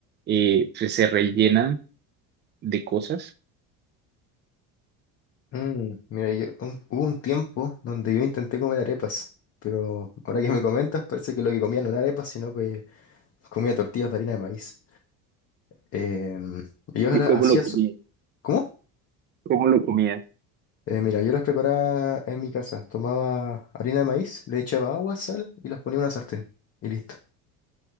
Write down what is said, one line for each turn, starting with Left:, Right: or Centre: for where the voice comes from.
Right: eh, pues, se rellenan de cosas.
Left: Mm, mira, yo, un- hubo un tiempo donde yo intenté comer arepas, pero ahora que me comentas parece que lo que comía no era arepas, sino que comía tortillas de harina de maíz. Em, y yo
Right: ¿Y
Left: las
Right: cómo
Left: hacía...
Right: lo comías?
Left: so- ¿Cómo?
Right: ¿Cómo lo comías?
Left: Eh, mira, yo las preparaba en mi casa. Tomaba harina de maíz, le echaba agua, sal y las ponía en una sartén. Y listo.